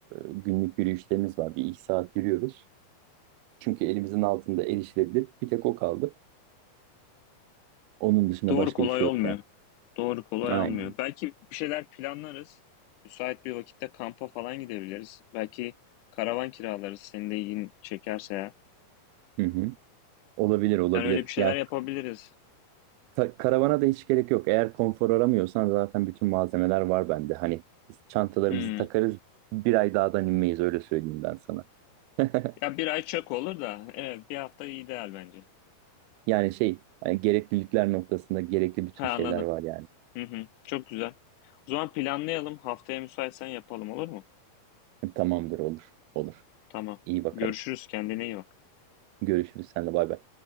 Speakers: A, on the right; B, on the left.
A: günlük yürüyüşlerimiz var. Bir iki saat yürüyoruz. Çünkü elimizin altında erişilebilir. Bir tek o kaldı. Onun dışında
B: Doğru
A: başka
B: kolay
A: bir şey yok
B: olmuyor.
A: ya.
B: Doğru kolay
A: Aynen.
B: almıyor. Belki bir şeyler planlarız. Müsait bir vakitte kampa falan gidebiliriz. Belki karavan kiralarız. Senin de ilgini çekerse eğer.
A: Hı hı. Olabilir olabilir.
B: Yani öyle bir şeyler
A: Ya
B: yapabiliriz.
A: Ta- karavana da hiç gerek yok. Eğer konfor aramıyorsan zaten bütün malzemeler var bende. Hani biz çantalarımızı
B: Hmm.
A: takarız. Bir ay dağdan inmeyiz öyle söyleyeyim ben sana. <laughs>
B: Ya bir ay çok olur da. Evet bir hafta ideal bence.
A: Yani şey hani gereklilikler noktasında gerekli bütün
B: Ha
A: şeyler
B: anladım.
A: var yani.
B: Hı hı. Çok güzel. O zaman planlayalım. Haftaya müsaitsen yapalım olur mu?
A: <laughs> Tamamdır olur. Olur.
B: Tamam.
A: İyi bakalım.
B: Görüşürüz. Kendine iyi bak.
A: Görüşürüz senle bay bay.